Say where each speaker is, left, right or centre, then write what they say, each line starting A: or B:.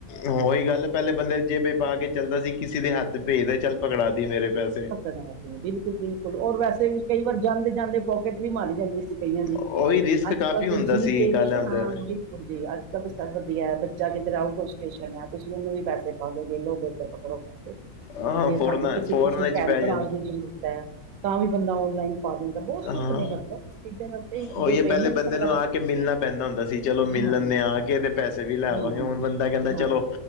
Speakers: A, on the left; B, on the right.
A: ਓਹੀ ਗੱਲ ਪੈਲੇ ਬੰਦੇ ਜੇਬੇ ਪਾ ਕੇ ਚੱਲਦਾ ਸੀ ਕਿਸੀ ਦੇ ਹੱਥ ਭੇਜ ਦੇ ਚੱਲ ਪਕੜਾ ਦੀ ਮੇਰੇ ਪੈ
B: <unintelligible> ਬਿਲਕੁਲ-ਬਿਲਕੁਲ ਓਰ ਵੈਸੇ ਵੀ ਕਈ ਵਾਰ ਜਾਂਦੇ-ਜਾਂਦੇ ਪੋਕੇਟ ਵੀ ਮਾਰੀ ਜਾਂਦੀ ਤੇ ਕਈਆ ਦੀ,
A: ਉਹੀ ਰਿਸਕ
B: ਅੱਜ-ਕੱਲ
A: ਕਾਫ਼ੀ ਹੁੰਦਾ
B: ਤੇ ਜੀ
A: ਸੀ
B: ਪੇਵੀ
A: ਗੱਲ ਹੁੰਦਾ
B: ਹਾਂ, ਉ ਉਦੀ ਜੇ ਅੱਜ-ਕੱਲ ਤਾਂ ਸਭ ਵਧੀਆ ਬੱਚਾ ਕਿੱਧਰ ਆਓਟ ਹੋ ਸਟੇਸ਼ਨ ਹੈ ਤੁਸੀਂ ਉਹਨੂੰ ਵੀ ਪੈਸੇ ਪਾ ਦੋਗੇ ਲੋਗੇ ਉ ਪਕੜੋ ਪੈਸੇ,
A: ਹਾਂ
B: ਜੇ ਸਾਨੂੰ
A: ਫੋਰਨ
B: ਕਿਸਹ
A: ਫੋਰਨ
B: ਕਿਸੀ
A: ਚ ਪੈ
B: ਤਰਾਂ
A: ਜਾਂ
B: ਦੀ ਜ਼ਰੂਰਤ ਐ, ਤਾਂ ਵੀ ਬੰਦਾ ਓਨਲਾਈਨ ਪਾ ਦਿੰਦਾ ਬਹੁਤ ਸੁੱਖ
A: ਹਾਂ
B: ਨੇ ਮਤਲਬ ਚੀਜ਼ਾਂ ਦਾ ਤੇ
A: ਉਹੀ
B: ਜੋ
A: ਹੈ
B: ਪੇਮੈਂਟ
A: ਪਹਿਲੇ ਬੰਦੇ
B: ਵਗੈਰਾ
A: ਨੂੰ ਆ ਕੇ ਮਿਲਣਾ ਪੈਂਦਾ ਹੁੰਦਾ ਸੀ ਚਲੋ ਮਿਲ
B: ਹਾਂਜੀ
A: ਲੈਂਦੇ ਆ ਕੇ ਤੇ ਪੈਸੇ ਪੈਸੇ ਵੀ ਲੈਵਾਂਗੇ,
B: ਹਾਂਜੀ
A: ਹੁਣ ਬੰਦਾ ਕਹਿੰਦਾ
B: ਹਾਂ
A: ਚਲੋ